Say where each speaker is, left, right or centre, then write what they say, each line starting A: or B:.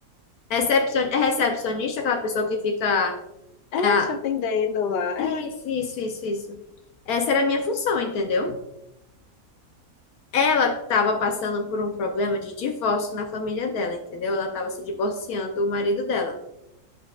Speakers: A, on the left; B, on the left.
A: Recepcion... é Recepcionista, é aquela pessoa que fica.
B: É,
A: é a-
B: só atendendo lá.
A: Isso,
B: É,
A: isso, isso, isso. Essa era a minha função, entendeu? Ela estava passando por um problema de divórcio na família dela, entendeu? Ela estava se divorciando do marido dela.